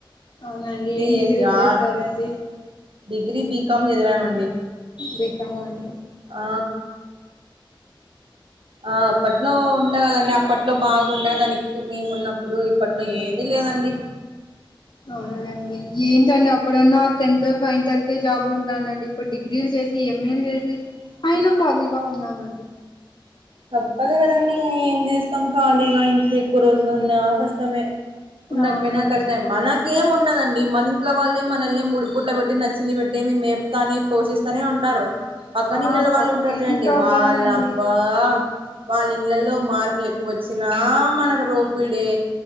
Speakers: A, on the left; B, on the right.
A: అవున అండి ఏం
B: చేసి
A: డిగ్రీ చేసారండి
B: ఆ డిగ్రీ బీకామ్ చదివామండి
A: బికాం అండి
B: ఆ ఆ అప్పట్లో ఉండా లే అప్ అప్పట్లో బాగుండే దానికి మేము ఉన్నప్పుడు ఇప్పట్లో ఏమీ లేదండి
A: అవునులేండి ఏంటండి అప్పుడన్నా టెన్త్ ఫైన్ ఇంటర్ వరకే జాబ్లు ఉంటానండి ఇప్పుడు డిగ్రీలు చేసి ఎంఏలు చేసి అయిన ఖాళీగా ఉన్నామండి
B: తప్పదు కదండి ఇంగ ఏం చేస్తాం ఖాళీగా ఇంట్లో ఎక్కువ రోజులు ఉన్నా కష్టమే ఉన్నాకు
A: అవునండి
B: పోయినా కష్టం మన ఇంకేం ఏంముండదండి మన ఇంట్లో వాళ్ళే మనల్ని ముడు పుట్లా పెట్టి నచ్చింది పెట్టే మేం తని పోషిస్తానే ఉంటారు పక్క
A: ఆ
B: నీళ్లల్లా వాళ్ళు
A: పక్కింటోళ్ళనండి
B: ఉంటారు చూడండి వాళ్ళ అబ్బా వాళ్ళ ఇళ్లలో మార్కులు ఎక్కువ వచ్చినా మనకు రోపిడే